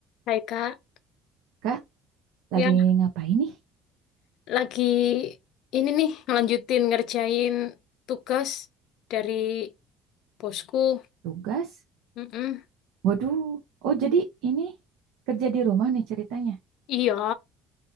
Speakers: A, on the left; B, on the right.
A: Hai Kak,
B: Kak,
A: ya
B: lagi ngapain nih?
A: lagi ini nih ngelanjutin ngerjain tugas dari bosku.
B: Tugas?
A: Mm-mm.
B: Waduh. Oh, jadi ini kerja di rumah nih ceritanya.
A: Iya,